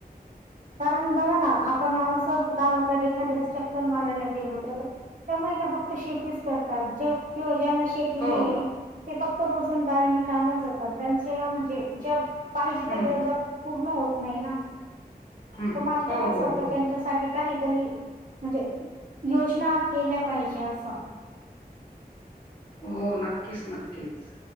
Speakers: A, on the right; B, on the left.
A: कारण बघा ना आपण असच गावाकडे एखाद्या वेळेस चक्कर मारायला गेलो तर त्यामुळे फक्त शेतीच करतात, किंवा ज्यांना शेती शेती
B: हो.
A: नाहिय ते फक्त रोजंदारीने कामाला जातात त्यांच्या म्हणजे ज्या पाहिजे
B: हं,
A: त्या गरजा पूर्ण होत नाही ना.
B: हं.
A: मला
B: हो,
A: तरी असं
B: हो,
A: वाटतं
B: हो.
A: त्यांच्यासाठी काहीतरी, म्हणजे योजना केल्या पाहिजे असं.
B: हो नक्कीच नक्कीच,